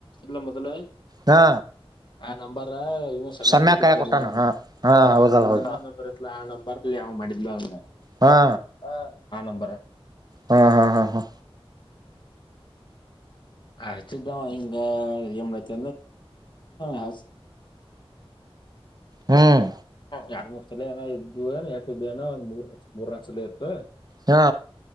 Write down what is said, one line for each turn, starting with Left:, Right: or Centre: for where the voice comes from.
Left: ನ ಮದಲು
Right: ಹಾ
Left: ನ ಸಮಯ
Right: ಸಮ್ಯ
Left: ಕೊಟ್ಟಿದ್ದಲ್ಲ
Right: ಕಾಯ ಕೊಟ್ಟಾನ
Left: ಇ
Right: ಹಾ ಹಾ
Left: ಆ
Right: ಹೌದಲ್ಲ ಹೌದು
Left: ನಂಬರ್ಲ್ಲಿ ಯ ಅವ್ ಮಾಡಿದ್ಲ ಅವ
Right: ಹಾ
Left: ಹ ಆ ನಂಬರ್
Right: ಹಾ ಹಾ ಹಾ ಹಾ
Left: ಹಚ ಇಂಗ ಎಮ್ಮತ ಹ
Right: ಹ್ಮ್
Left: ಎರಡ್ ಮೂಕ್ ಸಲ ಏನೋ ಇದ್ದುಏನ ಎಷ್ಟು ಇದ್ದು ನೋ ಒಂದ್ ಮೂರ್ ಮೂರ್ ನಕ ಸಲ ಇತ್ತು
Right: ಹಾ